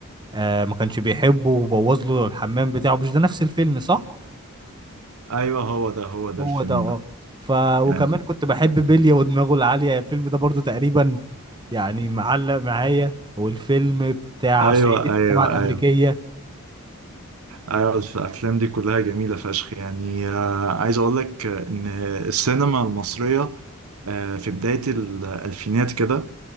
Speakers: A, on the right; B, on the right.
A: آه ما كانش بيحبه وبوظ له الحمام بتاعه مش ده نفس الفيلم صح
B: أيوه هو ده هو ده
A: هو
B: الفيلم
A: ده اه
B: ده
A: ف وكمان
B: يعني
A: كنت بحب بيليا ودماغه العاليه الفيلم ده برضو تقريبا يعني معلق معايا والفيلم بتاع
B: ايوه
A: صعيدي في
B: ايوه
A: الجامعه الامريكيه
B: ايوه ايوه الافلام دي كلها جميله فشخ يعني آه، عايز اقول لك ان السينما المصريه آه، في بداية الألفينات كده